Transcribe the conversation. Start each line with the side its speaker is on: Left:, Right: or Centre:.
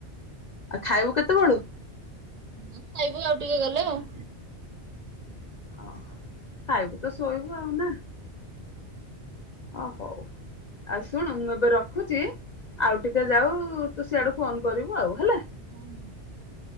Left: ଆଉ ଖାଇବୁ କେତେବେଳୁ?
Right: ହଁ ଖାଇବୁ ଆଉ ଟିକେ ଗଲେ ଆଉ।
Left: ଅଃ ଖାଇବୁ ତ ଶୋଇବୁ ଆଉ ନା। ଅ ହଉ ଆଉ ଶୁଣ ମୁଁ ଏବେ ରଖୁଚି ଆଉ ଟିକେ ଯାଉ ତୁ ସିୟାଡୁ ଫୋନ୍ କରିବୁ ଆଉ ହେଲା।
Right: ହଁ ହଁ।